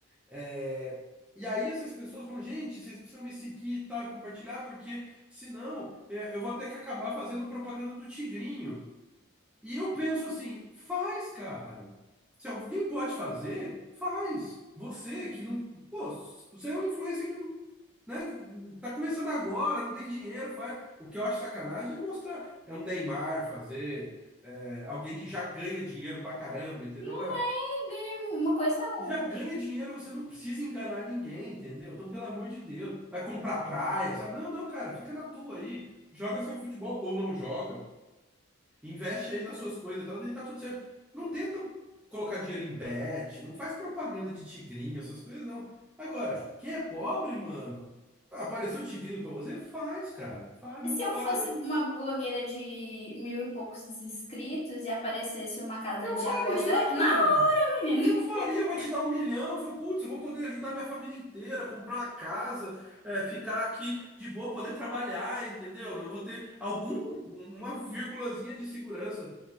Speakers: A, in the centre; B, on the left.
A: É, E aí essas pessoas falam, gente, vocês precisam me seguir e tal, e compartilhar, porque senão é, eu vou ter que acabar fazendo propaganda do Tigrinho. E eu penso assim, faz, cara. Se alguém pode fazer, faz. Você que não. Pô, você é um influencer que não. Né? Tá começando agora, não tem dinheiro, faz. O que eu acho sacanagem é mostrar. É um Neymar fazer, é, alguém que já ganha dinheiro pra caramba, entendeu?
B: Não
A: Agora,
B: é ganha uma coisa. é o-
A: já ganha dinheiro, você não precisa enganar ninguém, entendeu? Então, pelo amor de Deus, vai comprar praia, sabe? Não, não, cara, fica na tua aí, joga seu futebol ou não joga, investe aí nas suas coisas e tal, e tá tudo certo. Não tenta colocar dinheiro em bet, não faz propaganda de tigrinho, essas coisas, não. Agora, quem é pobre, mano, apareceu tigrinho pra você? Faz, cara, faz, manda
B: Se eu
A: bala.
B: fosse
A: Eu,
B: uma blogueira de mil e poucos inscritos e aparecesse uma casa
A: eu
B: de
A: faria,
B: aposta, é na
A: mano.
B: hora, menino.
A: Eu faria, vai te dar um milhão. Eu Falei, putz, eu vou poder ajudar minha família inteira, comprar uma casa, é, ficar aqui de boa, poder trabalhar, entendeu? Eu vou ter algum, uma vírgulazinha de segurança.